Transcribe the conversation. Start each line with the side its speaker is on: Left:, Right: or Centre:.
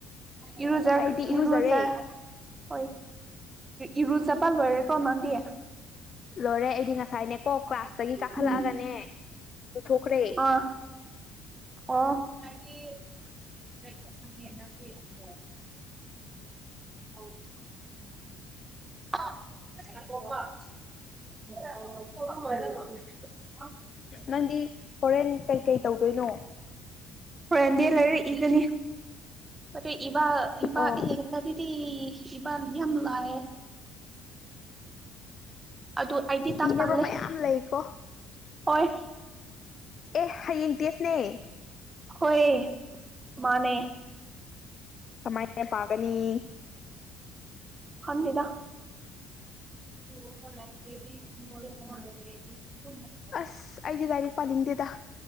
Right: ꯏꯔꯨꯖꯥ
Left: ꯑꯩꯗꯤ ꯏꯔꯨꯖꯔꯦ
Right: ꯏꯔꯨꯖꯥ ꯍꯣꯏ ꯏꯔꯨꯖꯕꯥ ꯂꯣꯏꯔꯦꯀꯣ ꯅꯪꯗꯤ
Left: ꯂꯣꯏꯔꯦ ꯑꯩꯗꯤ ꯉꯁꯥꯏꯅꯦꯀꯣ ꯀ꯭ꯂꯥꯁꯇꯒꯤ ꯀꯥꯈꯠꯂꯛꯑꯒꯅꯦ
Right: ꯎꯝ
Left: ꯂꯨꯊꯣꯛꯈ꯭ꯔꯦ
Right: ꯑꯥ ꯑꯣ <unintelligible> <unintelligible> <unintelligible>
Left: ꯅꯪꯗꯤ ꯍꯣꯔꯦꯟ ꯀꯩꯀꯩ ꯇꯧꯗꯣꯏꯅꯣ
Right: ꯍꯣꯔꯦꯟꯗꯤ ꯂꯥꯏꯔꯤꯛ ꯏꯒꯅꯤ ꯂꯥꯏꯔꯤꯛ ꯏꯕ ꯏꯕ
Left: ꯑꯣ
Right: ꯍꯦꯟꯂꯗꯨꯗꯤ ꯏꯕꯝ ꯌꯥꯝ ꯂꯥꯛꯑꯦ ꯑꯗꯨ ꯑꯩꯗꯤ ꯇꯥꯛ
Left: ꯏꯅꯕ
Right: ꯇꯜꯂꯦ
Left: ꯃꯌꯥꯝ ꯂꯩꯀꯣ
Right: ꯑꯣꯏ
Left: ꯑꯦ ꯍꯌꯦꯡ ꯇꯦꯁꯅꯦ
Right: ꯍꯣꯏ ꯃꯥꯅꯦ
Left: ꯀꯃꯥꯏꯅ ꯄꯥꯒꯅꯤ
Right: ꯈꯟꯗꯦꯗ <unintelligible>
Left: ꯑꯁ ꯑꯩꯗꯤ ꯂꯥꯏꯔꯤꯛ ꯄꯥꯅꯤꯡꯗꯦꯗ